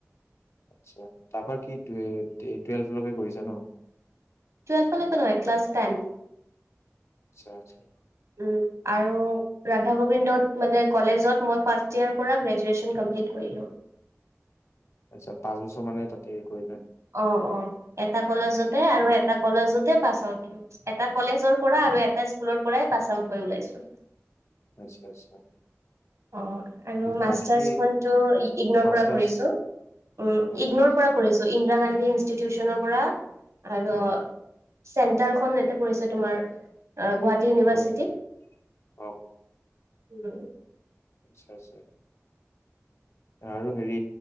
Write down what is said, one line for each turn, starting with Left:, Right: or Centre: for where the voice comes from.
Left: আচ্ছা তাৰপা কি টুৱে টি টুৱেলভলৈকে কৰিছা ন?
Right: টুৱেলভলৈকে নহয় ক্লাছ টেন।
Left: আচ্ছা আচ্ছা।
Right: উম আৰু ৰাধা গোবিন্দত মানে কলেজত মই ফাৰ্ষ্ট ইয়াৰ পৰা গ্ৰেজুৱেচন কমল্পিট কৰিলো।
Left: আচ্ছা পাঁচ বছৰ মানে তাতে কৰিলা।
Right: অ অ এটা কলেজতে আৰু এটা কলেজতে পাছ আউট থো। এটা কলেজৰ পৰা আৰু এটা স্কুলৰ পৰাই পাছ আউট কৰি ওলাইছো।
Left: আচ্ছা আচ্ছা।
Right: অ আৰু মাষ্টাৰ্চ
Left: বাকী
Right: খো ইগনৰ
Left: মাষ্টাৰ্ছ
Right: পৰা কৰিছো, উম
Left: আচ্ছা
Right: ইগনৰ
Left: আচ্ছা
Right: পৰা কৰিছো ইন্দিৰা গান্ধী ইনষ্টিটিউচনৰ পৰা, আৰ
Left: অ'
Right: চেণ্টাৰখন পৰিছে তোমাৰ, গুৱাহাটী ইউনিভাৰ্চিটি।
Left: ক'ত? অ'
Right: উম।
Left: আচ্ছা আচ্ছা। আৰু হেৰি